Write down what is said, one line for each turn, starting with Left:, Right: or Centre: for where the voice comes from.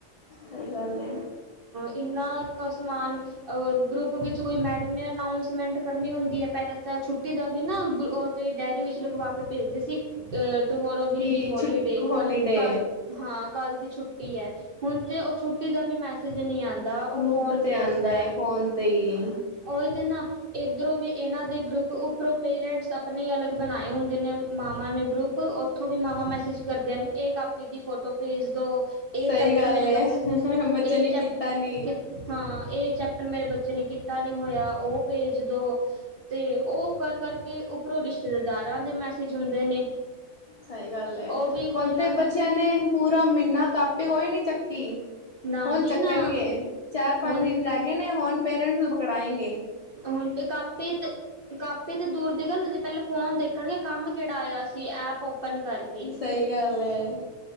Left: ਸਹੀ ਗੱਲ ਹੈ
Right: ਇੰਨਾ ਕੁ ਸਾਮਾਨ ਰ ਗਰੁੱਪ ਵਿੱਚ ਕੋਈ ਮੈਡਮ ਨੇ ਅਨਾਊਸਮੈਂਟ ਕਰਨੀ ਹੁੰਦੀ ਐ ਪਹਿਲਾਂ ਤਾਂ ਛੁੱਟੀ ਦਾ ਵੀ ਨਾ ਓ, ਡੇਰੀ ਵਿੱਚ ਲਿਖਵਾ ਕੇ ਭੇਜਦੇ ਸੀ ਟੋਮਰੋ ਵਿਲ
Left: ਕਿ
Right: ਵੀ ਹੋਲੀਡੇ
Left: ਛੁ ਹੋਲੀਡੇ
Right: ਕੱਲ ਹਾਂ, ਕੱਲ੍ਹ ਦੀ ਛੁੱਟੀ ਐ ਹੁਣ ਤੇ ਉਹ ਛੁੱਟੀ ਦਾ ਵੀ ਮੈ ਸਜ ਨਹੀਂ ਆਂਦਾ ਉਹ
Left: ਗਰੁੱਪ
Right: ਫੋਨ ਤੇ
Left: ਆਉਂਦਾ
Right: ਆਂਦਾ
Left: ਹੈ ਫੋਨ ਤੇ ਹੀ
Right: ਓਹੀ ਤੇ ਨਾ ਇਧਰੋਂ ਵੀ ਇਹਨਾਂ ਦੇ ਗਰੁੱਪ ਉਪਰੋਂ ਪੇਰੈਂਟਸ ਆਪਣੇ ਅਲੱਗ ਬਣਾਏ ਹੁੰਦੇ ਨੇ ਮਾਮਾ ਨੇ ਗਰੁੱਪ ਉ ਉੱਥੋਂ ਵੀ ਮਾਵਾਂ ਮੈਸੇਜ ਕਰਦੀਆਂ ਨੇ ਇਹ ਦੀ ਫੋਟੋ ਭੇਜ ਦੋ ਇਹ
Left: ਸਹੀ
Right: ਚੈਪਟਰ
Left: ਗੱਲ
Right: ਮੇਰੇ
Left: ਹੈ
Right: ਇਹ
Left: ਬੱਚੇ ਨੇ
Right: ਚੈਪ
Left: ਕੀਤਾ ਨੀ
Right: ਹਾਂ ਇਹ ਚੈਪਟਰ ਮੇਰੇ ਬੱਚੇ ਨੇ ਕੀਤਾ ਨੀ ਹੋਇਆ ਉਹ ਭੇਜ ਦੋ। ਤੇ ਉਹ ਕਰ ਕਰਕੇ ਉਪਰੋਂ ਰਿਸ਼ਤੇਦਾਰਾਂ ਦੇ ਮੈਸੇਜ ਹੁੰਦੇ ਨੇ।
Left: ਸਹੀ ਗੱਲ
Right: ਉਹ ਵੀ ਕੋਈ
Left: ਹੁਣ
Right: ਨਾ
Left: ਤੇ
Right: ਕੋਈ
Left: ਬੱਚਿਆਂ ਨੇ ਪੂਰਾ ਮਹੀਨਾ ਕਾਪੀ ਕੋਈ ਨੀ ਚੱਕੀ।
Right: ਨਾ
Left: ਹੁਣ
Right: ਜੀ
Left: ਚੱਕਣਗੇ
Right: ਨਾ
Left: ਚਾਰ ਪੰਜ
Right: ਹੁਣ
Left: ਦਿਨ ਰਹਿ ਗਏ ਨੇ ਹੁਣ ਪੇਰੈਂਟਸ ਪਕੜਾਏ ਗੇ।
Right: ਹੁਣ ਕਾਪੀ ਤੇ ਕਾਪੀ ਤੇ ਦੂਰ ਦੀ ਗੱਲ ਜੇ ਪਹਿਲਾਂ ਫੋਨ ਦੇਖਣਗੇ ਕੰਮ ਕਿਹੜਾ ਆਇਆ ਸੀ ਐਪ ਓਪਨ ਕਰਕੇ
Left: ਸਹੀ ਗੱਲ ਹੈ